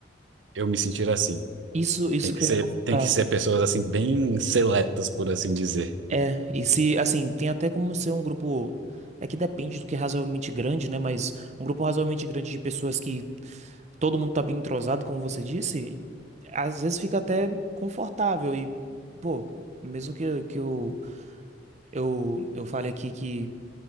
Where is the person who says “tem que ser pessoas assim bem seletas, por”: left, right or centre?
Right